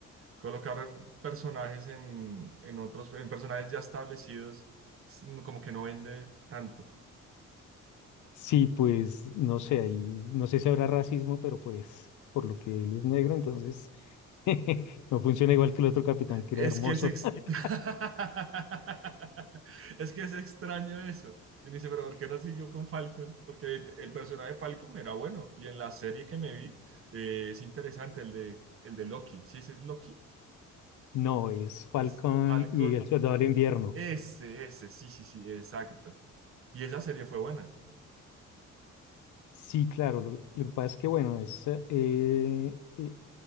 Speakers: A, on the right (about 45°); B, on the left (about 75°).
A: colocar personajes en, en otros, en personajes ya establecidos, es como que no vende tanto.
B: Sí, pues, no sé, ahí, no sé si habrá racismo, pero pues, por lo que él es negro, entonces, <laughs> no funciona igual que el otro capitán, que
A: Es
B: era hermoso.
A: que es extra...
B: <laughs>
A: <laughs> es que es extraño eso. Y uno dice, pero ¿por qué no siguió con Falcon? Porque el personaje de Falcon era bueno. Y en la serie que me vi eh, es interesante, el de, el de Loki. sí ese es Loki,
B: No, es Falcon
A: es Falcon
B: y el Soldado del Invierno.
A: ese, ese, sí, sí, sí, exacto. Y esa serie fue buena.
B: Sí, claro. Lo, lo que pasa es que, bueno, es, eh, eh, eh,